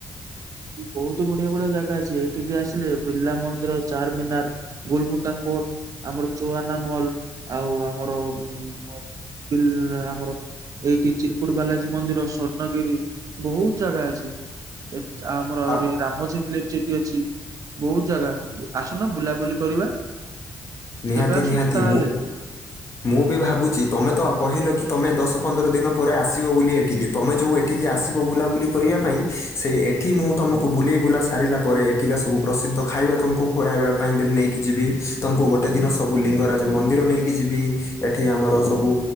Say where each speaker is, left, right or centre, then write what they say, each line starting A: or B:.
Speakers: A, on the right; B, on the left.
A: ବହୁତ ବଢିଆ ବଢିଆ ଜାଗା ଅଛି ଏଠିକି ଆସିଲେ ବିଲ ମନ୍ଦିର ଚାରମିନାର ଗୋଲଗୁଣ୍ଡା କୋର୍ଟ ଆମର ଚୁଆନା ମଲ, ଆଉ ଆମର <unintelligible> ଏଇଠି ଚିରପଟ ବାଲାଜୀ ମନ୍ଦିର ସ୍ୱର୍ଣ୍ଣଗିରି ବୋହୁତ ଜାଗା ଅଛି। ଏ- ଆମର ଆହୁରି
B: ଆଉ
A: ରାମଝଠି ଅଛି ବହୁତ ଜାଗା ଆସୁନ ବୁଲାବୁଲି କରିବା।
B: ନିହାତି
A: କେବେ ଆସୁଛୁ
B: ନିହାତି
A: ତାହେଲେ
B: ମୁଁ ମୁଁ ବି ଭାବୁଛି ତମେ ତଉ କହିଲ କି ତମେ ଦଶ ପନ୍ଦର ଦିନ ପରେ ଆସିବ ବୋଲି ଏଠିକି। ତୁମେ ଯେଉଁ ଏଠିକି ଆସିବ ବୁଲାବୁଲି କରିବା ପାଇଁ ସେଇ ଏଠି ମୁଁ ତୁମକୁ ବୁଲେଇ ବୁଲା ସାରିଲା ପରେ ଏଠିକା ସବୁ ପ୍ରସିଦ୍ଧ ଖାଇବା ତୁମକୁ ଖୁଆଇବା ପାଇଁ ନେଇକି ଯିବି ତୁମକୁ ଗୋଟେ ଗୋଟେ ଦିନ ସବୁ ଲିଙ୍ଗରାଜ ମନ୍ଦିର ନେଇକି ଯିବି ଏଠି ଆମର ସବୁ